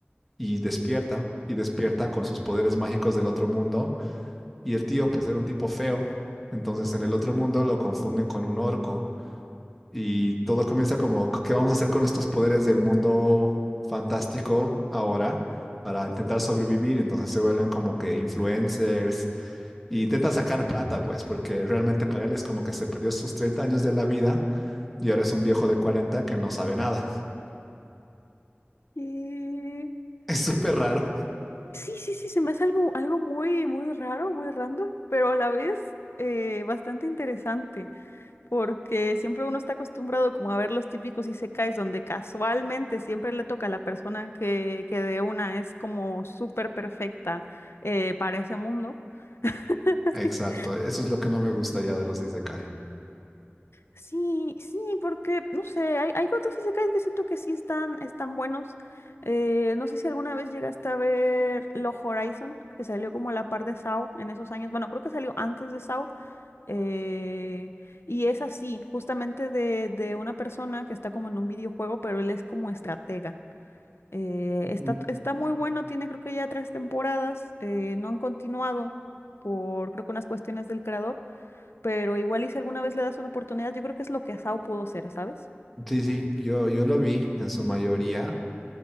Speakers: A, in the centre; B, on the left (about 75°).
A: y despierta, y despierta con sus poderes mágicos del otro mundo. Y el tío, pues era un tipo feo, entonces en el otro mundo lo confunden con un orco y todo comienza como, ¿qué vamos a hacer con estos poderes del mundo fantástico ahora para intentar sobrevivir? Entonces se vuelven como que influencers y intentan sacar plata, pues, porque realmente para él es como que se perdió sus 30 años de la vida y ahora es un viejo de 40 que no sabe nada. <laughs>
B: Eh,
A: Es súper raro.
B: Sí, sí, sí, se me hace algo, algo muy, muy raro, muy random, pero a la vez eh, bastante interesante, porque siempre uno está acostumbrado como a ver los típicos isekais donde casualmente siempre le toca a la persona que, que de una es como súper perfecta eh, para ese mundo. <laughs>
A: Exacto, eso es lo que no me gusta ya de los Isekai.
B: Sí, sí, porque, no sé, hay, hay otros isekais que siento que sí están, están buenos. Eh, no sé si alguna vez llegaste a ver Log Horizon, que salió como a la par de SAO en esos años. Bueno, creo que salió antes de SAO. eh, y es así, justamente de, de una persona que está como en un videojuego, pero él es como estratega. Eh,
A: Ujú.
B: está, está muy bueno, tiene creo que ya tres temporadas, eh, no han continuado por creo que unas cuestiones del creador pero igual y si alguna vez le das una oportunidad, yo creo que es lo que Sao pudo ser, ¿sabes?
A: Sí, sí, yo, yo lo vi en su mayoría.